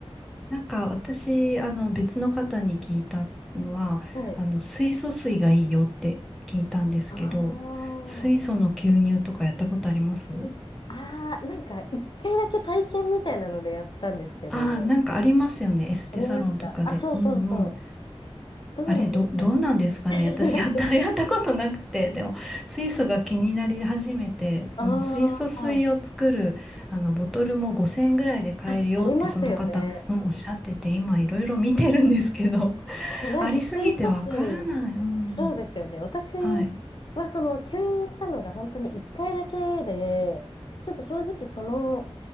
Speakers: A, in the centre; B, on the left.
A: なんか私、あの別の方に聞いたのは、
B: はい。
A: あの水素水がいいよって聞いたんですけど、
B: ああ。
A: 水素の吸入とかやったことあります
B: ああ、なんか一回だけ体験みたいなのでやったんですけど、
A: ああー、なんかありますよね。エステサロンとかで。
B: ありました。あ、そうそうそう。
A: うんうん。
B: どうなんですかね。
A: あれ、ど、どうなんですかね。
B: <laughs>
A: 私、
B: なんか
A: <laughs> やった、<laughs> やったことなくて、でも、水素が気になり始めて、その水素水を作る、
B: ああ、
A: あの、ボトルも5000円ぐらいで買えるよって、
B: あ、ありますよね。
A: その方、うん、おっしゃってて、今、いろいろ見てるんですけど、<laughs>
B: え、なんか、
A: ありすぎてわからない。
B: 水素水、
A: うん。
B: そうですよね。私
A: はい。
B: は、その、吸引したのが本当に1回だけで、ちょっと正直、その、